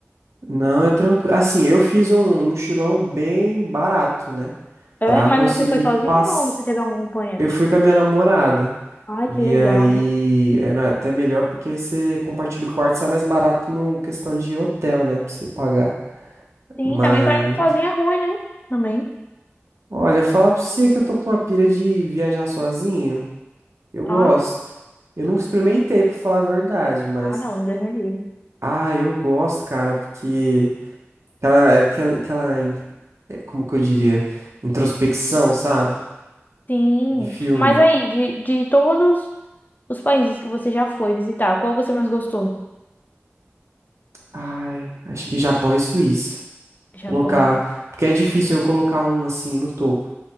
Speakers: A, on the right (about 80°); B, on the left (about 40°).
A: Não, é tranquilo. Assim, eu fiz um mochilão bem barato, né?
B: É,
A: Pra
B: mas
A: conseguir
B: você foi sozinho
A: paz.
B: ou você teve algum acompanhante?
A: Eu fui com a minha namorada.
B: Ai,
A: E
B: que legal,
A: aí,
B: né?
A: era até melhor porque você compartilha o quarto, sai mais barato no questão de hotel, né? Pra você pagar.
B: Sim,
A: Mas,
B: também para mim sozinha é ruim, né? Também.
A: olha, falar pra você que eu tô com uma pira de viajar sozinho. Eu gosto.
B: Ah,
A: Eu nunca experimentei, pra falar a verdade, mas.
B: ah não, Deus me livre.
A: Ah, eu gosto, cara, porque. Aquela, aquela, aquela in- como que eu diria? Introspecção, sabe?
B: Sim,
A: De filme.
B: mas aí, de, de todos os países que você já foi visitar, qual você mais gostou?
A: Ai, acho que Japão e Suíça.
B: Japão,
A: Colocar. Porque é difícil eu colocar um assim no topo.